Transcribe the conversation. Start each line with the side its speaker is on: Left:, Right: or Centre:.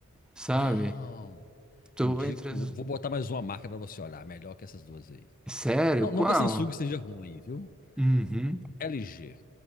Centre: sabe?
Left: Não.
Centre: Tô
Left: Indico...
Centre: entre as...
Left: Vou botar mais uma marca pra você olhar. Melhor que essas duas aí.
Centre: Sério?
Left: Não,
Centre: Qual?
Left: não que a Samsung seja ruim, viu?
Centre: Uhum.
Left: LG.